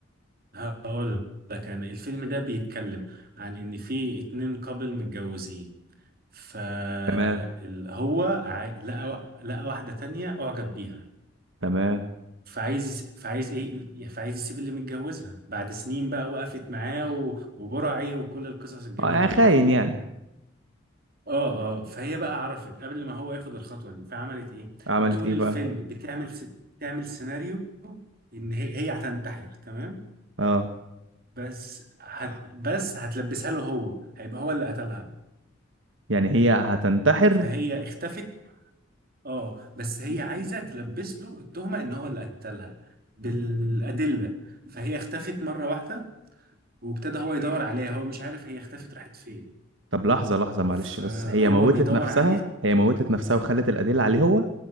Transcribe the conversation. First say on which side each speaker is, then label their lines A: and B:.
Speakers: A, on the right; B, on the right.
A: هقول لك انا الفيلم ده بيتكلم عن ان في اتنين كابل متجوزين فهو
B: تمام
A: عاي... لقى لقى واحدة تانية اعجب بيها
B: تمام
A: فعايز فعايز ايه فعايز يسيب اللي متجوزها بعد سنين بقى وقفت معاه و... وبرعي وكل القصص الجميلة
B: اه
A: دي
B: خاين يعني
A: اه اه فهي بقى عرفت قبل ما هو ياخد الخطوه دي فعملت ايه
B: عملت
A: طول
B: ايه
A: الفيلم
B: بقى
A: بتعمل س... تعمل سيناريو ان هي هي هتنتحر تمام
B: اه
A: بس هت... بس هتلبسها له هو هيبقى هو اللي قتلها
B: يعني هي هتنتحر
A: فهي اختفت اه بس هي عايزه تلبس له التهمه ان هو اللي قتلها بالادله فهي اختفت مره واحده وابتدى هو يدور عليها هو مش عارف هي اختفت راحت فين
B: طب لحظة لحظة معلش
A: فهو
B: بس هي موتت
A: بيدور
B: نفسها
A: عليها
B: هي موتت نفسها وخلت الأدلة عليه هو